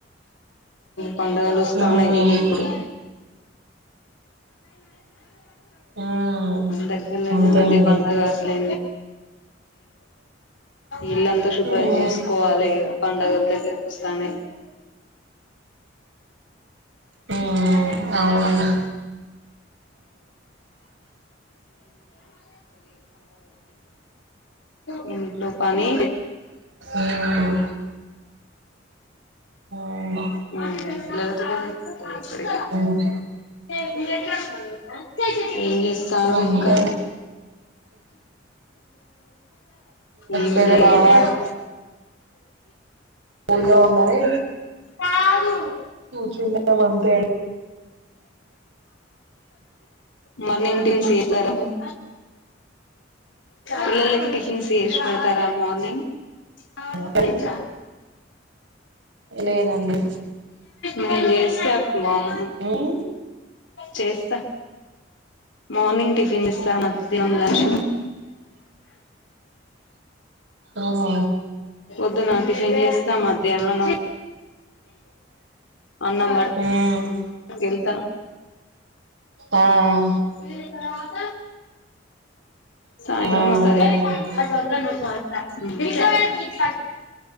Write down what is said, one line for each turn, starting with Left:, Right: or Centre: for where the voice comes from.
Left: పడుగలు వస్తాన్నాయి
Right: హ్మ్
Left: ఇగ ఇప్పుడు
Right: హ్మ్
Left: దగ్గరలోనే
Right: అంతేనండి
Left: ఉంది పండగ అట్లే ఇల్లంతా శుభ్రం
Right: హ్మ్
Left: చేసుకోవాలి ఇక పడుగాలు దగ్గరకి వస్తానాయి
Right: హ్మ్
Left: <unintelligible>
Right: అవునండి
Left: ఉమ్ <inaudible> ఇంట్లో పని
Right: ఉమ్ హ్మ్
Left: పిల్లలతో నే సరిపోతది
Right: హ్మ్
Left: ఎప్పటికీ ఏం చేస్తా సార్
Right: అంతే
Left: ఇంకా ఏం
Right: వెదర్
Left: లేదు
Right: బాగా కూల్ గా ఉందని
Left: కాదు
Right: కూర్చున్నాం అంతే
Left: మార్నింగ్ టీన్స్ చేశారా మన్ పిల్లలకి టిఫిన్స్ చేసి పెడతారా మార్నింగ్ ఫందా
Right: అంతే లేదండి
Left: మీమ్ చేస్తాప్ మామ్
Right: హ్మ్
Left: చేస్తా మార్నింగ్ టిఫిన్ ఇసా మధ్యానం లంచ్
Right: ఓఓ
Left: ద్దున టిఫిన్ చేస్త మధ్యానాన్ అన్నం బట్
Right: హ్మ్
Left: ఏళ్ళ్తా
Right: ఆఆ
Left: వేదిక రాక్ సాయంత్రం
Right: ఆ
Left: వసది
Right: అవునండి
Left: హు్ ఉంటద్